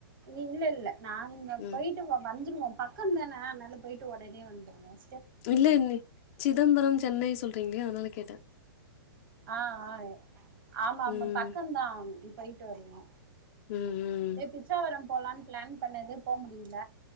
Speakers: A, on the right (about 60°); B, on the left (about 35°).
A: இல்ல இல்ல நாங்க
B: ம்
A: போய்ட் வந்துருவோ வந்துருவோம் பக்கம் தான அனால்ல போயிட்டு ஒடனே வந்துருவோம்
B: இல்ல இல் சிதம்பரம் சென்னை சொல்றீங்களே அதனால கேட்ட
A: ஆ ஆ ஆமா
B: ம்
A: ஆமா பக்கம்தான் போயிட்டு வருவோம்
B: ம் ம்
A: பிச்சாவரம் போலான் பிளான் பண்ணது போ முடியில